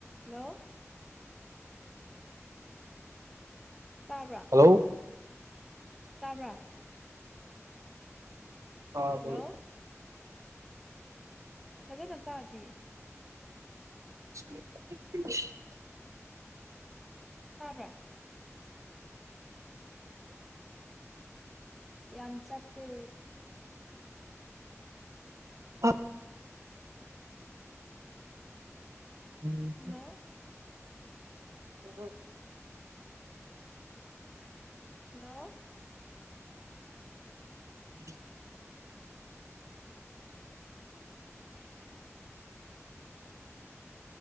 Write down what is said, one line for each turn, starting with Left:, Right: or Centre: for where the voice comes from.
Centre: hello ꯇꯥꯕ꯭ꯔꯥ
Right: hello
Centre: ꯇꯕꯔꯥ
Right: ꯑꯥ
Centre: ꯍꯜꯂꯣ
Right: ꯍ <unintelligible>
Centre: ꯐꯖꯅ ꯇꯥꯗꯦ
Right: <unintelligible>
Centre: ꯇꯥꯕ꯭ꯔ ꯌꯥꯝꯆꯥ ꯄꯦ
Right: ꯑ ꯎꯝ
Centre: ꯍꯜꯂꯣ
Right: ꯎꯝ
Centre: ꯍꯜꯂꯣ
Right: <inaudible>